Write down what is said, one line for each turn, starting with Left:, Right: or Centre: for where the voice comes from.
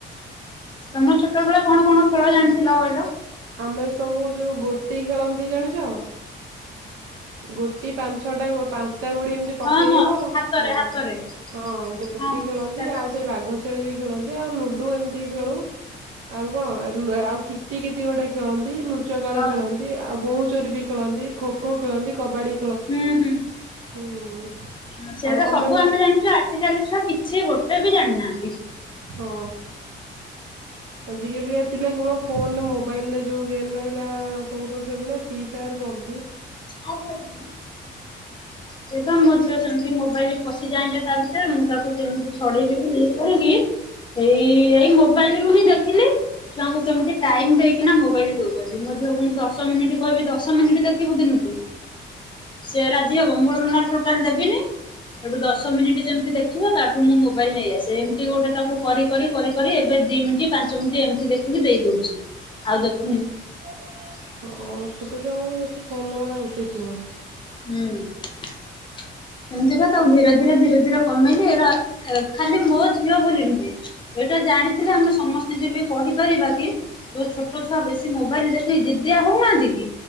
Left: ତମ ଛୋଟବେଳେ କଣ କଣ ଜାଣିଥିଲ କହିଲ?
Right: ଆମେ ସବୁ ଯୋଉ ଗୋଟି ଖେଳନ୍ତି ଜାଣିଚ? ଗୋ ଗୋଟି ପାଞ୍ଚଛଟା ପାଞ୍ଚଟା ଗୋଡି ଏମିତି ପକେଇବ
Left: ହଁ ହଁ ହାତରେ
Right: ହଁ
Left: ହାତରେ
Right: ହଁ ଗୋଟି
Left: ହଁ
Right: ଖେଳନ୍ତି
Left: ସେଟା ଜାଣିଚି।
Right: ଆଉ ସେ ବାଘ ଛେଳି ବି ଖେଳନ୍ତି ଆଉ ଲୁଡୁ ଏମିତି ଖେଳୁ। ଆଉ କଣ ଆଉ କୀତି ନାଁକିତି ଗୋଟେ ଖେଳନ୍ତି ଲୁ ଲୁଚକାଳି
Left: ହଁ
Right: ଖେଳନ୍ତି ଆଉ ବହୁ ଚୋରି ବି ଖେଳନ୍ତି ଖୋ ଖୋ। ଖେଳନ୍ତି କବାଡ଼ି।
Left: ହୁଁ ହୁଁ।
Right: ହୁଁ।
Left: ହଁ ସେଇଟା
Right: ଆଉ ତମେ
Left: ସବୁ
Right: କଣ
Left: ଆମେ ଜାଣିଚୁ ଆଜିିକାଲି ଛୁଆ କିଛି ଗୋଟେ ବି ଜାଣିନାହାନ୍ତି।
Right: ହଁ। ଆଜିକାଲି ପିଲା କେବଳ ଫୋନ ମୋବାଇଲରେ ଯୋଉ ଗେମ ରହିଲା ସବୁ ତ ଖେଳିଲେ ଫାୟାର ପବଜି।
Left: <inaudible> ଏବେ ମୋ ଝିଅ ସେମିତି ମୋବାଇଲ ପଶି ଯାଏଯେ ତା ଭିତରେ ମୁଁ ତାକୁ କେମିତି ଛଡେଇବି ବୋଲି ଇଏ କରିକି ଏଇ ଏଇ ମୋବାଇଲ ରୁ ହିଁ ଦେଖିଲି ଛୁଆଙ୍କୁ କେମିତି ଟାଇମ ଦେଇକିନା ମୋବାଇଲରେ ଦଉଛନ୍ତି ମୋ ଝିଅକୁ ମୁଁ ଦଶ ମିନିଟ କହିବି ଦଶ ମିନିଟ ଦେଖିବୁ ଦିନକୁ ସେ ରାଜି ହବ। ନହେଲେ ଟୋଟାଲ ଦେବିନି ସେଠୁ ଦଶ ମିନିଟ୍ ଯେମିତି ଦେଖିବ ତାଠୁ ମୁଁ ମୋବାଇଲ ନେଇ ଆସେ ଏମତି ଗୋଟେ ତାକୁ କରି କରି କରି କରି ଏବେ ଦି ମିନିଟ ପାଞ୍ଚ ମିନିଟ ଏମିତି ଦେଖିକି ଦେଇ ଦଉଛି ଆଉ ଦେଖ
Right: ହଁ ଛୋଟ ଛୋଟ ବେଶୀ ଫୋନ ଦବାଟା ଉଚିତ ନୁହେଁ।
Left: ହୁଁ ସେମିତିକା ତାକୁ ଧୀରେ ଧୀରେ ଧୀରେ ଧୀରେ କମେଇଲେ ଏରା ଖାଲି ମୋ ଝିଅ ବୋଲି ନୁହେଁ ଏଇଟା ଜାଣିଥିଲେ ଆମେ ସମସ୍ତିଙ୍କି ବି କହିପାରିବା କି ଯୋଉ ଛୋଟ ଛୁଆ ବେଶୀ ମୋବାଇଲର ଦେଖିକି ଜିଦିଆ ହଉନାହାନ୍ତି କି